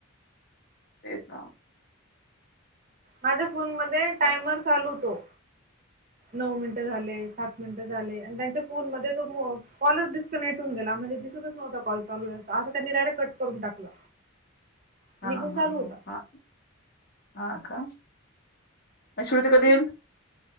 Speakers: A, on the left; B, on the right.
A: तेच ना.
B: माझ्या फोन मध्ये टायमर
A: हा
B: चालू होतो. नऊ मिनिटं झाले सात मिनिटं झाले आणि त्यांच्या फोन मध्ये तो म कॉलच दिस च नेटून गेला म्हणजे दिसतच नव्हता कॉल चालूये असं त्यांनी डायरेक्ट कट करून टाकला. आणि
A: हा हा
B: इकडून
A: हा
B: चालू होता.
A: हा, हा का. आणि श्रुती कधी येईल,